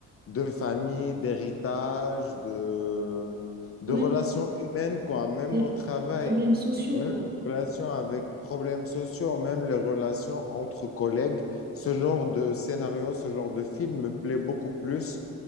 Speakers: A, on the left (about 50°); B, on the right (about 30°).
A: de famille, d'héritage, de, de
B: Ouais,
A: relations humaines, quoi, même
B: des
A: au travail.
B: problèmes sociaux,
A: Même
B: quoi.
A: les relations avec problèmes sociaux, même les relations entre collègues, ce genre de scénario, ce genre de film me plaît beaucoup plus